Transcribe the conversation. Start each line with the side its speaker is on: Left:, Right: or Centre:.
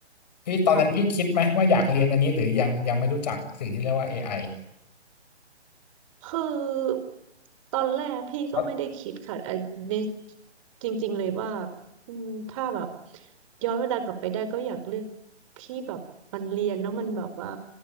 Left: พี่ตอนนั้นพี่คิดไหมว่าอยากเรียนอันนี้หรือยังยังไม่รู้จักสิ่งที่เรียกว่า
Right: ค่ะ
Left: AI
Right: คือตอนแรกพี่ก็ไม่ได้คิดค่ะไอัใน
Left: เพราะ
Right: จริงๆเลยว่าอืมถ้าแบบย้อนเวลากลับไปได้ก็อยากเลือกที่แบบมันเรียนแล้วมันแบบว่า